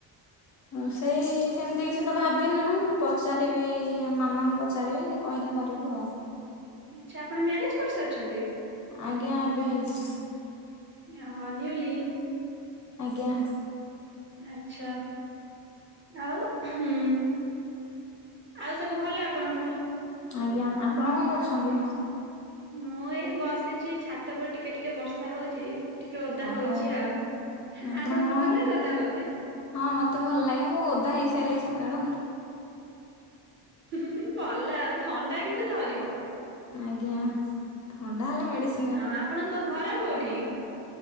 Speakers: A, on the left; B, on the right.
A: ହ ସେଇ ସେମିତି କିଛି ତ ଭାବିନୁ ପଚାରିବି ଆ ମାମାଙ୍କୁ ପଚାରିବି କହିଲେ କରିବୁ ଆଉ।
B: ଆଛା ଆପଣ ମ୍ୟାରେଜ କରିସାରିଛନ୍ତି।
A: ଆଜ୍ଞା ଏବେ ହେଇଚି।
B: ଅହୋ ନିଉଲି।
A: ଆଜ୍ଞା।
B: ଆଛା। ଆଉ ହୁଁ ଆଉ ସବୁ ଭଲ ଆପଣଙ୍କର।
A: ଆଜ୍ଞା ଆପଣ କଣ କରୁଛନ୍ତି?
B: ମୁଁ ଏଇ ବସିଛି ଛାତ ଉପରେ ଟିକେ ଟିକେ ବର୍ଷା ହଉଚି କି ଓଦା
A: ଓହୋ
B: ହୋଉଚି ଆଉ
A: ଆପଣଙ୍କର
B: ଆପଣଙ୍କୁ ଭଲ ଲାଗେ ଓଦା ହବା ପାଇଁ।
A: ହଁ ମତେ ଭଲ ଲାଗେ ମୁଁ ଓଦା ହେଇସାଇଲି ସକାଳୁ।
B: ହୁଁ ହୁଁ ଭଲ ଆଉ ଥଣ୍ଡା କିନ୍ତୁ ଧରିବ।
A: ଆଜ୍ଞା ଥଣ୍ଡା ହେଲେ ମେଡିସି
B: ହଁ ଆପଣଙ୍କ ଘର କୋଉଠି?